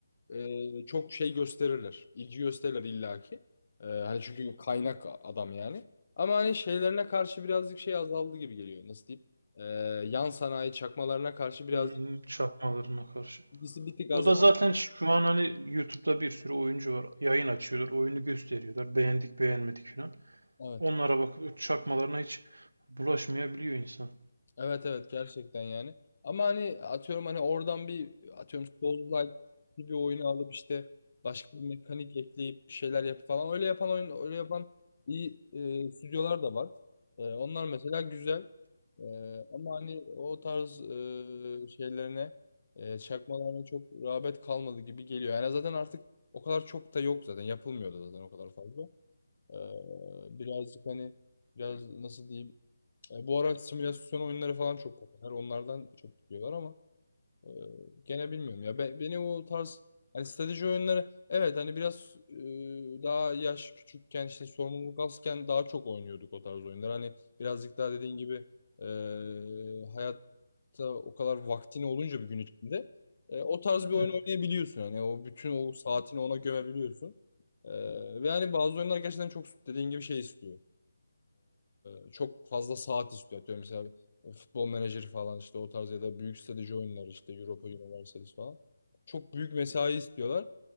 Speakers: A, on the left (about 50°); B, on the right (about 75°).
A: e, çok şey gösterirler. İlgi gösterirler illaki. E, hani çünkü kaynak adam yani. Ama hani şeylerine karşı birazcık şey azaldı gibi geliyor. Nasıl diyeyim? E, yan sanayi çakmalarına karşı birazcık
B: Hmm, Çakmalarına karşı.
A: ilgisi bir tık azaldı.
B: O da zaten şu an hani YouTube'da bir sürü oyuncu var. Yayın açıyorlar, oyunu gösteriyorlar. Beğendik, beğenmedik falan.
A: Evet.
B: Onlara bakıp çakmalarına hiç bulaşmayabiliyor insan.
A: Evet evet gerçekten yani. Ama hani atıyorum hani oradan bir atıyorum Souls-like bir oyunu alıp işte başka bir mekanik ekleyip bir şeyler yapıp falan öyle yapan oyun öyle yapan iyi e, stüdyolar da var. E, onlar mesela güzel. E, ama hani o tarz e, şeylerine e, çakmalarına çok rağbet kalmadı gibi geliyor. Yani zaten artık o kadar çok da yok zaten yapılmıyordu zaten o kadar fazla. E, birazcık hani biraz nasıl diyeyim e, bu ara simülasyon oyunları falan çok popüler. Onlardan çok gidiyorlar ama e, gene bilmiyorum ya. Be- beni o tarz hani strateji oyunları evet hani biraz e, daha yaş küçükken işte sorumluluk azken daha çok oynuyorduk o tarz oyunlar. Hani birazcık daha dediğin gibi e, hayatta o kadar vaktin olunca bir gün içinde e, o tarz bir oyun
B: Evet.
A: oynayabiliyorsun. Hani o bütün o saatini ona gömebiliyorsun. E, ve hani bazı oyunlar gerçekten çok dediğin gibi şey istiyor. Ee, çok fazla saat istiyor. Atıyorum mesela futbol menajeri falan işte o tarz ya da büyük strateji oyunları işte Europa Universalis falan. Çok büyük mesai istiyorlar.